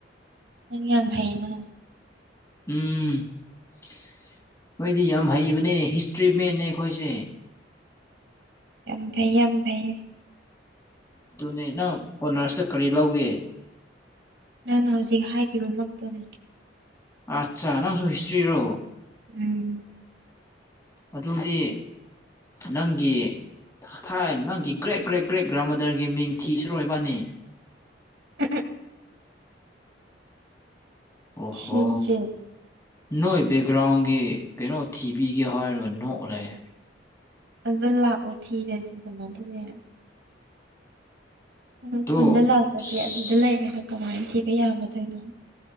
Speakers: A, on the right; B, on the left.
A: ꯅꯪ ꯌꯥꯝ ꯍꯩꯅ
B: ꯎꯝ ꯑꯩꯈꯣꯏꯗꯤ ꯌꯥꯝ ꯍꯩꯕꯅꯦ ꯍꯤꯁꯇ꯭ꯔꯤ ꯃꯦꯟꯅꯦ ꯑꯩꯈꯣꯏꯁꯦ
A: ꯌꯥꯝ ꯐꯩ ꯌꯥꯝ ꯐꯩꯌꯦ
B: ꯑꯗꯨꯅꯦ ꯅꯪ ꯑꯣꯅꯔꯁꯇ ꯀꯔꯤ ꯂꯧꯒꯦ
A: ꯅꯪꯅ ꯍꯧꯖꯤꯛ ꯍꯥꯏꯈꯤꯕꯃꯛꯇꯨꯅꯦ
B: ꯑꯆꯥ ꯅꯪꯁꯨ ꯍꯤꯁꯇ꯭ꯔꯤꯔꯣ
A: ꯎꯝ
B: ꯑꯗꯨꯗꯤ ꯅꯪꯒꯤ ꯊꯥ ꯊꯥꯏ ꯅꯪꯒꯤ ꯒ꯭ꯔꯦꯠ ꯒ꯭ꯔꯦꯠ ꯒ꯭ꯔꯦꯠ ꯒ꯭ꯔꯥꯃꯥꯗꯔꯒꯤ ꯃꯤꯡ ꯊꯤꯁꯤꯔꯣ ꯏꯕꯥꯅꯤ
A: <unintelligible>
B: ꯑꯣ ꯍꯣ
A: ꯊꯤꯁꯦ
B: ꯅꯣꯏ ꯕꯦꯛꯒ꯭ꯔꯥꯎꯟꯒꯤ ꯀꯩꯅꯣ ꯊꯤꯕꯤꯒꯦ ꯍꯥꯏꯔꯒ ꯅꯣꯛ ꯂꯩ
A: ꯑꯗ ꯂꯥꯛꯑꯣ ꯊꯤꯔꯁꯤꯗꯅ ꯑꯗꯨꯅꯦ ꯎꯝ
B: ꯑꯗꯣ
A: ꯈꯨꯟꯗ ꯂꯥꯛꯇ꯭ꯔꯗꯤ
B: ꯑꯁ
A: ꯑꯗꯨꯗ ꯂꯩꯔꯒ ꯀꯃꯥꯏꯅ ꯊꯤꯕ ꯌꯥꯒꯗꯣꯏꯅꯣ